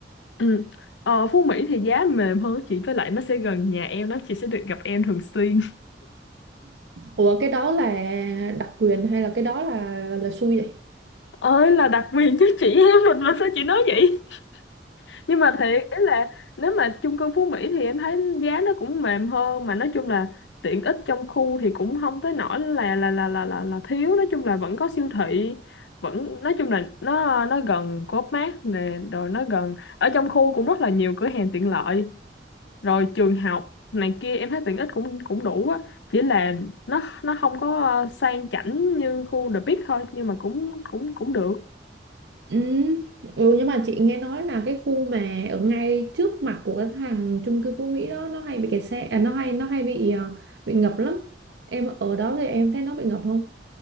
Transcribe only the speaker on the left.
Ừ. Ờ, Phú Mỹ thì giá mềm hơn chị với lại nó sẽ gần nhà em đó, chị sẽ được gặp em thường xuyên.
Ơi là đặc quyền chứ chị em mình mà sao chị nói vậy? nhưng mà thiệt ý là nếu mà chung cư Phú Mỹ thì em thấy giá nó cũng mềm hơn mà nói chung là tiện ích trong khu thì cũng không tới nỗi là là là là là, là thiếu nói chung là vẫn có siêu thị vẫn nói chung là nó nó gần Co.op Mart nè rồi nó gần ở trong khu cũng rất là nhiều cửa hàng tiện lợi rồi trường học này kia em thấy tiện ích cũng cũng đủ á chỉ là nó nó không có ờ, sang chảnh như khu The Peak thôi nhưng mà cũng cũng cũng được